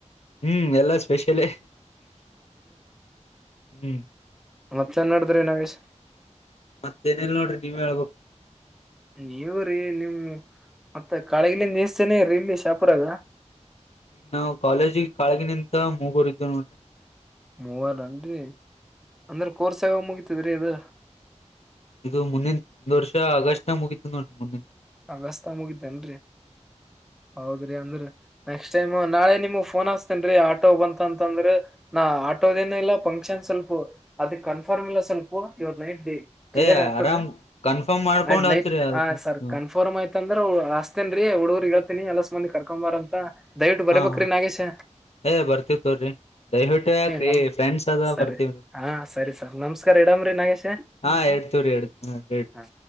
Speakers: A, on the left (about 60°); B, in the centre.
A: ಹ್ಮ್ ಎಲ್ಲಾ ಸ್ಪೆಷಲ ಹ್ಮ್
B: ಮತ್ತತ್ ಚೆನ್ನ ನಡಿದ್ರಿ ನಾಗೇಶ್
A: ಮತ್ತೇನೇಲ್ ನೋಡ್ರ ನೀವಳ್ಬೇಕು
B: ನೀವು ರೀ ನಿಮ್ ಮತ್ತ ಕಾಳೆಗಲ ನೀತನೆೇ ಇರರಿ ಇಲ್ಲಿ ಶಾಪುರಾಗ
A: ಈಗ ನಾವವು ಕಾಲೇಜಿಗ್ ಕಾಳಗಿನಂತ ಮೂಗೋರದ್ದ್ ನೋಡ್ರಿ
B: ಮೂವಾರ ಅಂರಿ ಅಂದ್ರ ಕೋರ್ಸ್ ಆಗ ಮುಗತದ್ರೀ ಇದು
A: ಇದು ಮುಂದಿನ ಒ ವರ್ಷ ಆಗಸ್ಟ್ ನ ಮುಗಿತ ನೋಡಿ ಮುಂದಿನ
B: ಅಂಗಸ್ತಾ ಮುಗಿದ್ದೇನ್ರರಿ ಹೌದ್ರಿ ಅಂದ್ರ ನೆಕ್ಸ್ಟ್ ಟೈಮ್ ನಾಳೆ ನಿಮಗ್ ಫೋನ್ ಹಾಸ್ತೇನ್ ಆಟೋ ಬಂತಂತಂದ್ರ ನಾ ಆಟೋದೇನ ಇಲ್ಲ ಫಂಕ್ಷನ್ ಸ್ವಲ್ಪ ಅದ ಕನ್ಫರ್ಮ್ ಇಲ್ಲ ಸ್ವಲ್ಪ ಇವತ್ತು ನೈಟ್ ಡೇ ಕ್ಲಿಯರ್
A: ಏ
B: ಆಗ್ತದ
A: ಆರಾಮ್ ಕನ್ಫರ್ಮ್ ಮಾಡ್ಕೊಂಡ್
B: ನ
A: ಹಚ್ರಿ
B: ನೈಟ್
A: ಅದಕ್
B: ಹ ಸರ್
A: ಹ್ಮ
B: ಫಾರರ್ ಆಯ್ತ ಅಂದ್ರ ಹ ಅತೇನ್ರಿ ಹುಡುಗ್ರರು ಹೇಳ್ತಿನನ ಎಲ್ಲ ಸುಂದಿ ಕರ್ಕೊಂಬಾರ ಅಂತ ದಯವಿಟ್ಟು ಬರೇ
A: ಹಾ
B: ಬಕ್ರ
A: ಹಾ
B: ನಾಗೆಸ
A: ಏ ಬರ್ತೀವ್ ತೋರಿ ದಯವಿಟ್ಟು ಯಾಕ್ರೀ
B: ನಮ್
A: ಫ್ಯಾನ್ಸ್ ಅದ
B: ಸರಿ
A: ಬರ್ತವೀ
B: ಹಾ ಸರಿ ಸರಿ ನಮಸ್ಕಾರ ಇಡಮ್ರೀ ನಾಗೇಶ
A: ಹಾ <unintelligible> ತವ್ರರಿಹೇಳ್ರಿ
B: ಹಾ